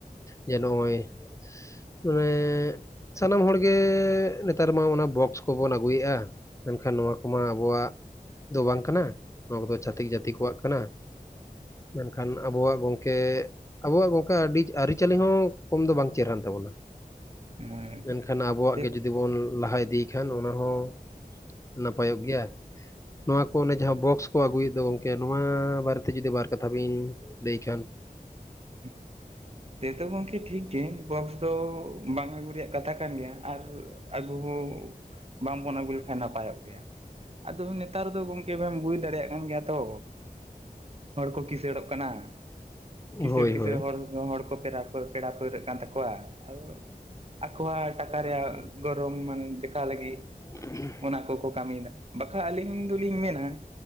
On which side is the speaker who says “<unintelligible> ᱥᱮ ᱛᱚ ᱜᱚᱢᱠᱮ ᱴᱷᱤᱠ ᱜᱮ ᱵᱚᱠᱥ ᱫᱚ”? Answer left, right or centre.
Right